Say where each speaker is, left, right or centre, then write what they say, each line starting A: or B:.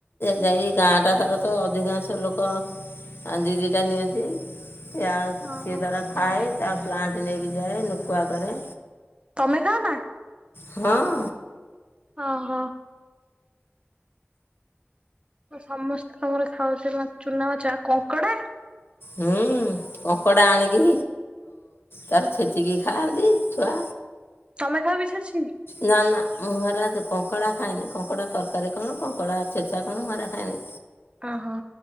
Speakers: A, on the left; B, on the right.
A: ଯାଇ ଗାଁଟା ସାର ତ ଅଧିକାଂଶ ଲୋକ ଆଉ ଦି ଦି ଟା ନିଅନ୍ତି। ସେ
B: ଓହୋ
A: ସିଏ ଦାରା ଖାଏ ତା ପ୍ଲାଣ୍ଟ ନେଇକି ଯାଏ ନୁକୁଆ କରେ
B: ତମେ ଖାଅ ନା?
A: ହଁ।
B: ଅହ। ସମସ୍ତେ ତମର ଖାଉଛି ଚୁନା ମାଛ କଙ୍କଡା?
A: ହୁଁ। କଙ୍କଡା ଆଣିକି ତାର ଛେଚିକି ଖାଆନ୍ତି ଛୁଆ।
B: ମେଘା ବି ଛେଛି
A: ନା ନା ମୁହାଁ ନା ଦ କଙ୍କଡା ଖାଇନି କଙ୍କଡା ତକାରୀ କଣ କଙ୍କଡା ଛେଚା କଣ ମୁଁ ହେରା ଖାଏନି।
B: ଆ ହୋ